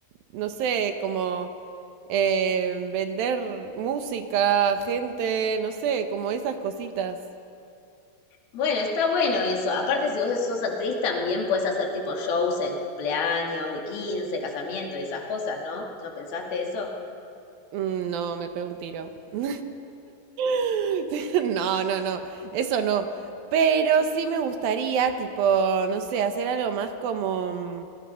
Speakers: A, on the right (about 75°); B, on the left (about 80°).
A: no sé, como eh, vender música, gente, no sé, como esas cositas.
B: Bueno, está bueno eso. Aparte, si vos sos actriz, también puedes hacer tipo shows en cumpleaños, de 15, casamiento y esas cosas, ¿no? ¿No pensaste eso?
A: Mm, No, me pego un tiro. <laughs> <laughs> No, no, no, eso no. Pero sí me gustaría, tipo, no sé, hacer algo más como, mm,